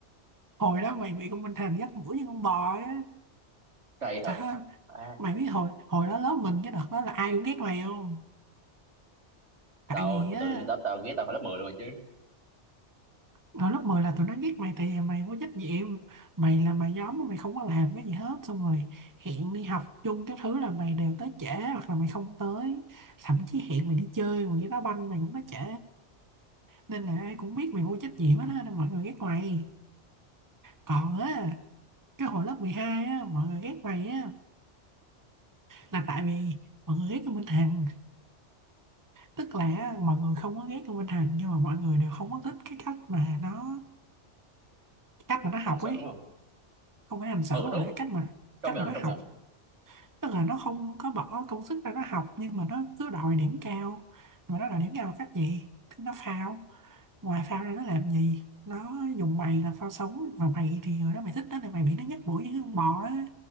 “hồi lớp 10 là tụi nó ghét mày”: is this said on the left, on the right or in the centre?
Right